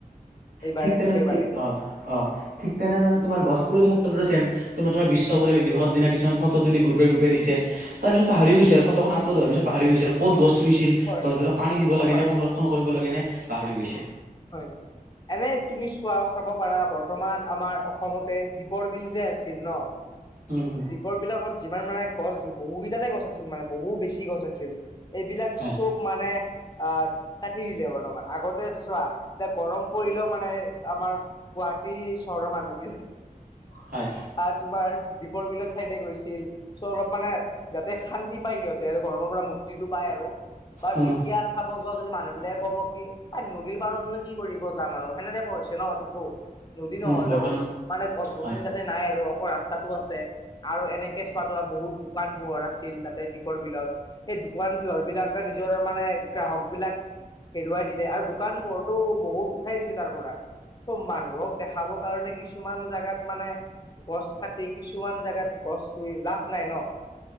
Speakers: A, on the left; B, on the right.
A: এইবাৰ
B: ঠিক
A: একেবাৰে
B: তেনে ঠিক অ' অ' ঠিক তেনে ধৰনৰ তোমাৰ গছপুলি ৰোৱাৰ ক্ষেত্ৰতো ছে'ম। তোমাৰ তোমাৰ বিশ্ব পৰিৱেশ দিৱসৰ দিনা কিছুমান ফটো তুলি গ্ৰুপে গ্ৰুপে দিছে। তাৰ পিছত পাহৰি গৈছে আৰু ফটোখন আপলোড হোৱাৰ পিছত পাহৰি গৈছে আৰু ক'ত গছ ৰুইছিল
A: হয়
B: গছডালাক পানী দিব লাগে
A: হয়
B: নে সংৰক্ষণ কৰিব লাগে নে পাহৰি গৈছে।
A: হয়। এনে তুমি চোৱা চাব পাৰা বৰ্তমান আমাৰ অসমতে দ্বীপৰ বিল যে আছিল ন?
B: হু' হু'
A: দীপৰবিলত যিমান মানে গছ আছিল বহুকেইডালে গছ আছিল মানে বহু বেছি গছ আছিল। এইবিলাক
B: হয়
A: চব মানে আহ কাটি দিলে বৰ্তমান, আগতে চোৱা এতিয়া গৰম পৰিলেও মানে আমাৰ গুৱাটী চহৰৰ মানুহখিনি
B: হয়।
A: আহ তোমাৰ দ্বীপৰ বিলৰ চাইডে গৈছিল, চ' অলপ মানে তে শান্তি পায় সিহঁতে আৰু গৰমৰ পৰা মুক্তিটো পায় আৰু। বাট
B: উম
A: এতিয়া চা ব যোৱা যদি মানুহবিলাকে ক'ব কি এই নদী পাৰতনো কি কৰিব যাম আৰু সেনেক কোৱা হৈছে ন কথাটো। নদী নহলেওঁ
B: উম বৰ্তমান
A: মানে গছ গছনি
B: হয়
A: যাতে নাই আৰু অকল ৰাস্তাতো আছে আৰু এনেকে চোৱা তোমাৰ বহুত দোকান পোহৰ আছিল তাতে দীপৰ বিলত, সেই দোকান পোহাৰ বিলাকে নিজৰ মানে গ্ৰাহক বিলাক হেৰুৱাই দিলে আৰু। দোকান বোৰটো বহুত উঠাই দিছে তাৰ পৰা। চব মানুহক দেখাব কাৰণে কিছুমান জোগাত মানে গছ কাটি কিছুমান জোগাত গছছুই লাভ নাই ন